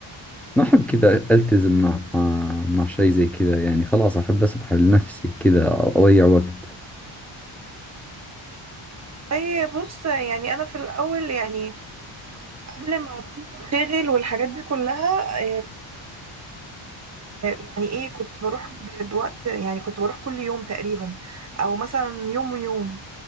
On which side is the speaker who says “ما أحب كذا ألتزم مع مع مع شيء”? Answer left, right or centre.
Centre